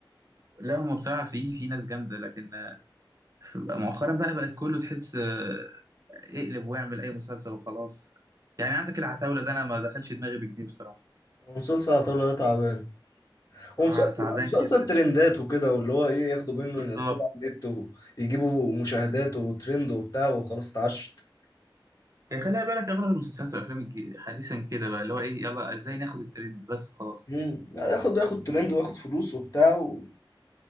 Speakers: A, on the right (about 40°); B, on the left (about 45°).
A: لا هم بصراحه في في ناس جامده لكن فبقى مؤخرا بقى بقت كله تحس آه، اقلب واعمل اي مسلسل وخلاص يعني عندك العتاولة ده انا ما دخلش دماغي بجنيه بصراحة
B: مسلسل عتاولة ده تعبان ومسلسل
A: آه، تعبان
B: مسلسل
A: جدا
B: ترندات وكده واللي هو ايه ياخدوا منه
A: بالظبط
B: ينزلوا على النت ويجيبوا مشاهدات وترند وبتاع وخلاص اتعشت
A: يعني خليها بالك اغلب المسلسلات والافلام الج- حديثا كده بقى اللي هو ايه يلا ازاي ناخد الترند بس خلاص
B: امم ياخد ياخد ترند وياخد فلوس وبتاع ومش